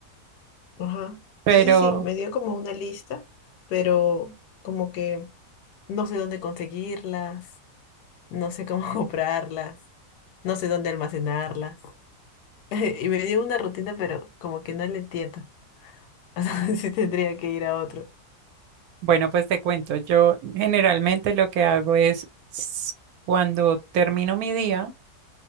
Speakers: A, on the left (about 80°); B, on the right (about 70°).
A: Ajá.
B: Pero
A: Sí, sí, sí, me dio como una lista, pero como que no sé dónde conseguirlas, no sé cómo <laughs> comprarlas, no sé dónde almacenarlas. <laughs> Y me dio una rutina, pero como que no le entiendo. <laughs> O sea, sí tendría que ir a otro.
B: bueno, pues te cuento, yo generalmente lo que hago es s- cuando termino mi día,